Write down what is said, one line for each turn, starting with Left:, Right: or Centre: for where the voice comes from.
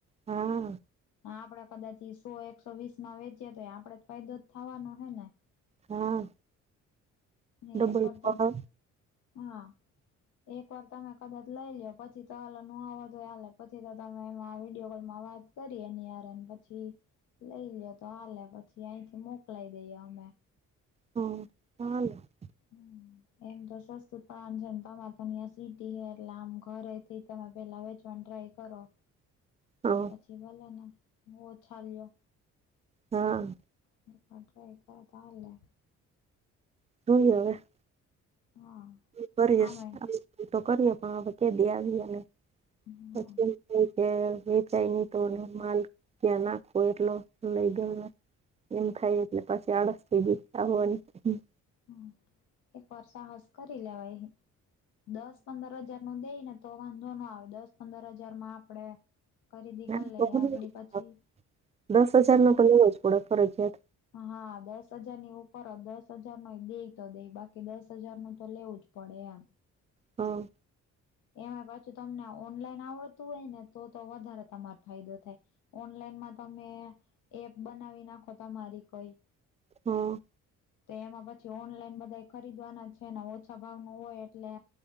Right: હા.
Left: હા આપડે કદાચી સો એકસો વીસ માં વેચીએે તોએ આપડે ફાયદો જ થવાનો હે ને
Right: હા.
Left: એ
Right: ડબલ
Left: પરદા
Right: હા
Left: હા એક વાર તમે કદાચ લઈ લ્યો પછી તો હાલ નું આવ તો હલે પછી તો તમે એમાં વિડીયો કોલમાં વાત કરીએ નિયારને પછી લઈ લ્યો તો હાલે પછી અહીંથી મોકલાય દઈએ અમે.
Right: હમ્મ <unintelligible>
Left: હમ્મ એમ તો સસ્તું પડવાનું છે તમારે તો ન્યાં સીટી હે એટલે આમ ઘરે થી તમે પેલા વેચો પણ ટ્રાય કરો.
Right: હલો.
Left: પછી ભલે ને મોછા લ્યો.
Right: હા.
Left: પણ ટ્રાય કરો તો હાલે.
Right: <unintelligible>
Left: હા.
Right: કરીએશ
Left: આમેય
Right: <unintelligible> કરીએ તો કરીએ પણ હવે કે દે આવીએને.
Left: હમ
Right: <unintelligible> એ વેચાય ન તો માલ ત્યાં નાખવો એટલો લઈ ગયોને. એમ થાય એટલે પછી આળસ થઈ જાય <unintelligible>
Left: હમ એક વાર સાહસ કરી લેવાય દસ પંદર હજાર મન દઈ ને તો વાંધો ન આવે દસ પંદર હજાર માં આપડે ખરીદી
Right: <unintelligible>
Left: કરી લઈએ આગળી પછી
Right: દસ હજારનો તો લેવો પડે ફરજિયાત.
Left: હા દસ હજાર ની ઉપર દસ હજાર નો દે તો દે બાકી દસ હજાર નું તો લેવું જ પડે એમ.
Right: હા.
Left: એમાં પાછું તમને ઓનલાઈન આવડતું હોય ને તો તો વધારે તમારે ફાયદો થાય. ઓનલાઈનમાં તમે એપ બનાવી નાખો તમારી કોઈ
Right: હા.
Left: તો એમાં પછી ઓનલાઈન બધા ખરીદવાના છે ને ઓછા ભાવ નું હોય એટલે